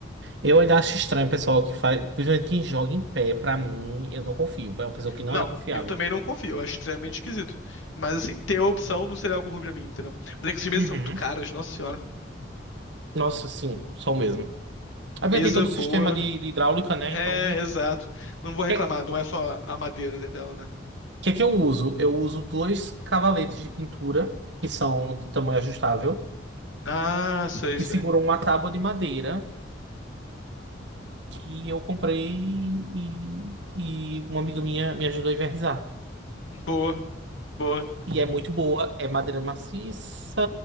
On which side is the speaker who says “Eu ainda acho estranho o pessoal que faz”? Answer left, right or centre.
Right